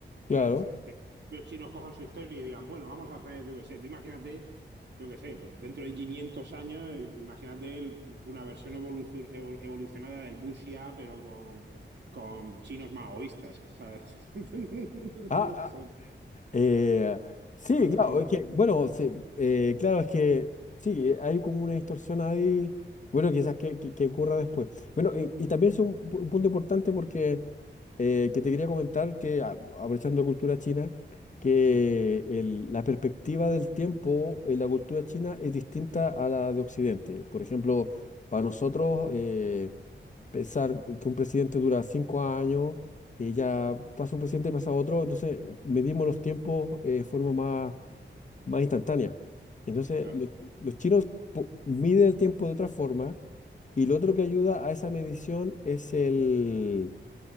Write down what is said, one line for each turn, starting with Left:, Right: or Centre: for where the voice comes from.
Left: Claro.
Right: Entonces, que los chinos cojan su historia y digan, bueno, vamos a hacer, yo qué sé, tú imagínate, yo qué sé, pues dentro de 500 años, eh, imagínate el- una versión evolu- evol- evolucionada del Wuxia, pero con con chinos maoístas, ¿sabes? <laughs>
Left: Ah,
Right: No sé,
Left: Eh, sí,
Right: una cosa
Left: claro,
Right: como...
Left: es que, bueno, sí, eh, claro, es que sí, hay como una distorsión ahí, bueno, quizás que, que- que ocurra después. Bueno, y, y también es un, pu- un punto importante porque eh, que te quería comentar que, a- aprovechando cultura china, que
Right: Mm,
Left: el- la perspectiva del tiempo en la cultura china es distinta a la de Occidente. Por ejemplo, para nosotros, eh, pensar que un presidente dura cinco años y ya pasa un presidente y pasa otro, entonces medimos los tiempos eh, de forma más, más instantánea. Entonces,
Right: claro.
Left: los, los chinos po- miden el tiempo de otra forma y lo otro que ayuda a esa medición es el,